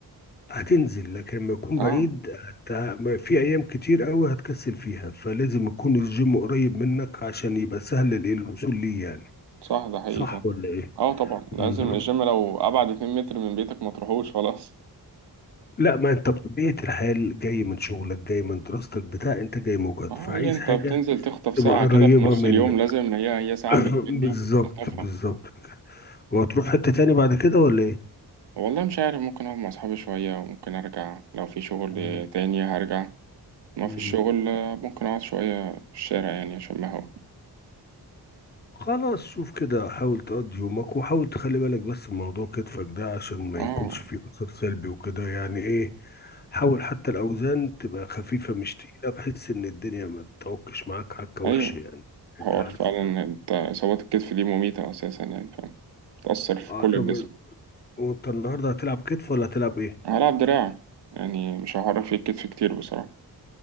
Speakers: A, on the left (about 25°); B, on the right (about 85°).
A: هتنزل لكن لما يكون
B: اه
A: بعيد هت... ما- في ايام كتير قوي هتكسل فيها فلازم يكون الجيم قريب منك عشان يبقى سهل ال- الوصول ليه يعني
B: صح ده حقيقي
A: صح
B: فاهم.
A: ولا ايه؟
B: اه طبعا
A: مم.
B: لازم الجيم لو ابعد 2 متر من بيتك ما تروحوش خلاص
A: لا ما انت بطبيعة الحال جاي من شغلك جاي من دراستك بتاع انت جاي مجهد
B: اه
A: فعايز
B: هي انت
A: حاجة
B: بتنزل تخطف
A: تبقى
B: ساعة
A: قريبة
B: كده في نص
A: منك
B: اليوم لازم هي هي ساعة
A: <coughs>
B: بالليل
A: <clears throat>
B: دي
A: بالظبط
B: تخطفها
A: بالظبط وهتروح حتة تاني بعد كده ولا ايه؟
B: والله مش عارف ممكن اقعد مع اصحابي شوية وممكن ارجع لو في شغل
A: مم.
B: تاني هرجع ما
A: مم.
B: في الشغل آه، ممكن اقعد شوية في الشارع يعني عشان ما هو
A: خلاص شوف كده حاول تقضي يومك وحاول تخلي بالك بس من موضوع كتفك ده عشان ما
B: اه
A: يكونش فيه أثر سلبي وكده يعني ايه حاول حتى الأوزان تبقى خفيفة مش تقيلة بحيث إن الدنيا ما تتوكش معاك حكة وحشة
B: ايوه
A: يعني
B: حوار
A: أنت عارف
B: فعلا انت اصابات الكتف دي مميتة اساسا يعني فاهم بتأثر في
A: اه
B: كل
A: طب
B: الجسم
A: وأنت النهاردة هتلعب كتف ولا هتلعب ايه؟
B: هلعب دراع يعني مش هعرف في الكتف كتير بصراحة